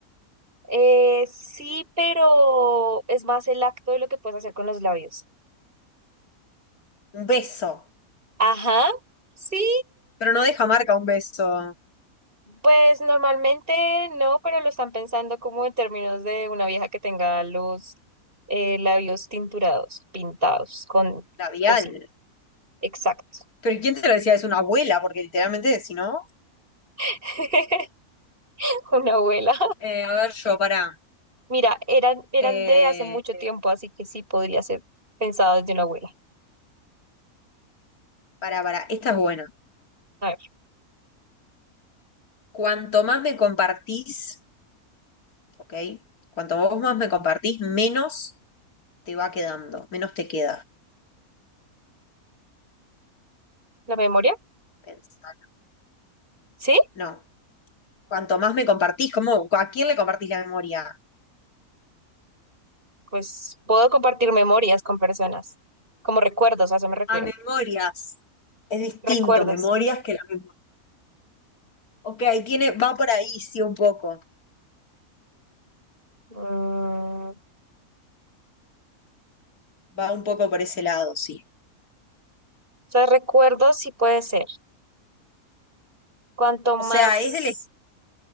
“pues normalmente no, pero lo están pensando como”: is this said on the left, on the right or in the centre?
Right